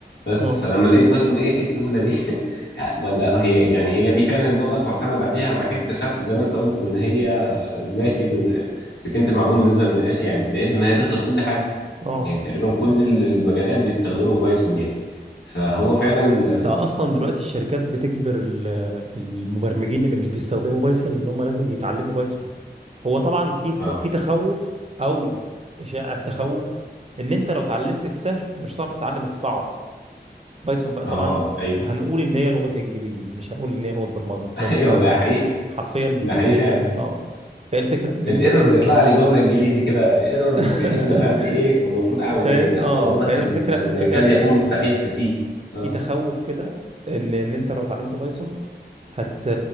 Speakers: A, on the left (about 80°); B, on the right (about 35°).
A: بس
B: اه
A: فلما لقيت بايثون ايه ايه السهوله دي <laughs> ولا هي يعني هي دي فعلا لغه تعتمد عليها وبعد كده اكتشفت زي ما انت قلت ان هي زي ال- سكينه المعجون بالنسبه للنقاش يعني لقيت ان هي داخله في كل حاجه
B: اه
A: يعني تقريبا كل المجالات بيستخدموا بايثون يعني فهو فعلا
B: ده اصلا دلوقتي الشركات بتجبر ال- المبرمجين اللي مش بيستخدموا بايثون ان هم لازم يتعلموا بايثون هو طبعا في خ-
A: اه
B: في تخوف او اشاعة تخوف ان انت لو اتعلمت السهل مش هتعرف تتعلم الصعب بايثون بقى
A: اه
B: طبعا
A: ايوه
B: هنقول ان هي لغة انجليزي مش هنقول ان هي لغة برمجة
A: <laughs>
B: لان
A: ايوه
B: انت
A: ده حقيقي
B: حرفيا
A: ده
B: بت
A: حقيقي
B: يعني
A: فعلا
B: اه فهي الفكرة ان
A: الايرور
B: انت ايه
A: بيطلع لي جمله انجليزي كده ايرور
B: <laughs>
A: بيفهمني انا عندي ايه والمفروض اعمل
B: فاهم
A: ايه ده
B: اه
A: الموضوع
B: فهي
A: ده كان
B: الفكرة
A: كان
B: الفكرة
A: يكاد
B: ان
A: يكون
B: في
A: مستحيل في سي اه
B: في تخوف كده ان ان انت لو اتعلمت بايثون حتى